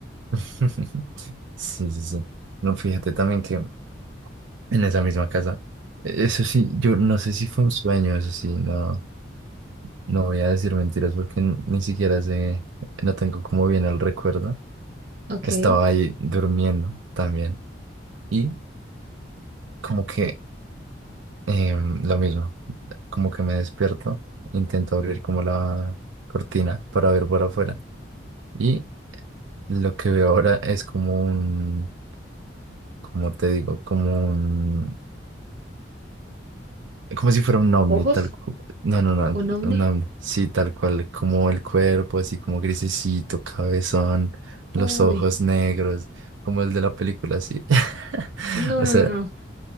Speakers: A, on the right; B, on the right.
A: <laughs> Sí, sí, sí. No, fíjate también que en esa misma casa, e-, eso sí, yo no sé si fue un sueño, eso sí, no, no voy a decir mentiras porque n- ni siquiera sé, no tengo como bien el recuerdo.
B: Ok.
A: Estaba ahí durmiendo también y como que Em, lo mismo, como que me despierto, intento abrir como la cortina para ver por afuera. Y lo que veo ahora es como un, como te digo, como un, como si fuera un ovni,
B: ¿Ojos?
A: tal cual. No, no, no,
B: ¿Un ovni?
A: un ovni, sí, tal cual, como el cuerpo, así como grisecito, cabezón, los
B: Uy,
A: ojos negros, como el de la película, así. <laughs>
B: no,
A: O
B: no,
A: sea,
B: no, no.